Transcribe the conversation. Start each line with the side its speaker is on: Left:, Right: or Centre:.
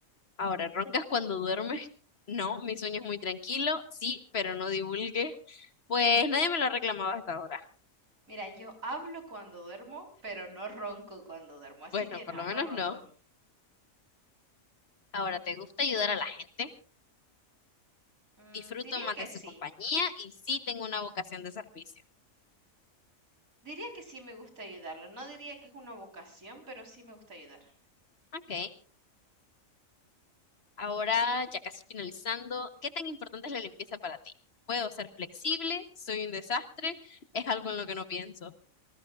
Left: Ahora, ¿roncas cuando duermes? <laughs> No, mi sueño es muy tranquilo, sí, pero no divulgue. Pues nadie me lo ha reclamado hasta ahora.
Right: Mira, yo hablo cuando duermo, pero no ronco cuando duermo. Así
Left: Bueno,
Right: que
Left: por
Right: no,
Left: lo
Right: no
Left: menos
Right: ronco.
Left: no. Ahora, ¿te gusta ayudar a la gente?
Right: Mm,
Left: Disfruto
Right: diría
Left: más
Right: que
Left: de
Right: sí.
Left: su compañía y sí tengo una vocación de servicio.
Right: Diría que sí me gusta ayudarlo. No diría que es una vocación, pero sí me gusta ayudar.
Left: Ok. Ahora, ya casi finalizando, ¿qué tan importante es la limpieza para ti? ¿Puedo ser flexible? ¿Soy un desastre? ¿Es algo en lo que no pienso?